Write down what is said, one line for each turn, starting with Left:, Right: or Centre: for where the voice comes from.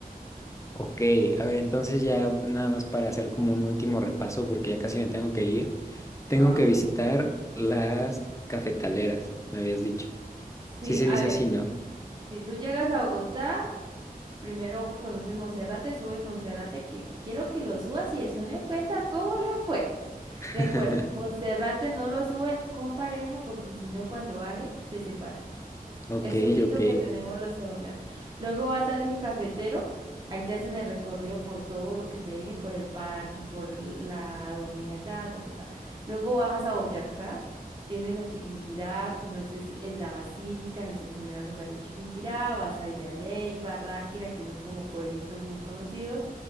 Left: Ok, a ver, entonces ya nada más para hacer como un último repaso, porque ya casi me tengo que ir, tengo
Right: Ay,
Left: que visitar las cafetaleras, me habías dicho.
Right: Sí,
Left: Sí se
Right: a
Left: dice
Right: ver,
Left: así, ¿no?
Right: si tú llegas a Bogotá, Primero conoces Monserrate, subes Monserrate, que quiero que lo subas y después me cuenta cómo le fue.
Left: <laughs>
Right: Recuerdo, Monserrate no lo sube con pareja porque si no, cuando baje, se separa.
Left: Ok,
Right: Es un mito
Left: ok,
Right: que tenemos los colombianos. Luego vas al eje cafetero, ahí te hacen el recorrido por todo lo que te dije, por el parque, por la dormida allá, ta, ta, ta. Luego bajas a Boyacá, vienes a Chiquinquirá, conoces eh, la Basílica, Nuestra Señora Rosario de Chiquinquirá, vas a Villa de Ley, Barráquira, que son como pueblitos muy conocidos,